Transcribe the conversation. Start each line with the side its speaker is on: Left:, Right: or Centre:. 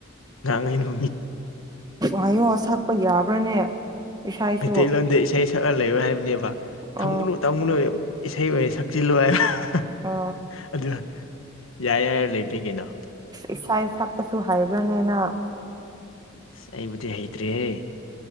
Left: ꯉꯥꯡꯉꯩꯅ
Right: ꯍꯥꯏꯌꯣꯁꯛꯄ ꯌꯥꯕ꯭ꯔꯥꯅꯦ ꯏꯁꯩꯁꯨ
Left: ꯃꯩꯇꯩꯂꯣꯟꯗ ꯏꯁꯩ ꯁꯛꯀ ꯂꯩꯌ ꯍꯥꯏꯕꯅꯦꯕ
Right: ꯑ
Left: ꯊꯝꯒꯨꯅꯨ ꯇꯝꯒꯨꯅꯨ ꯏꯁꯩ ꯑꯣꯏꯅ ꯁꯛꯆꯤꯜꯂꯣꯏ ꯍꯥꯏ
Right: ꯑ
Left: ꯑꯗꯨ ꯌꯥꯔꯦ ꯌꯥꯔ ꯂꯩꯕꯅꯤ ꯀꯩꯅꯣ
Right: ꯏꯁꯥ ꯁꯛꯄꯁꯨ ꯍꯥꯏꯕ꯭ꯔꯅꯦꯅ
Left: ꯑꯁ ꯑꯩꯕꯨꯗꯤ ꯍꯩꯇ꯭ꯔꯤꯍꯦ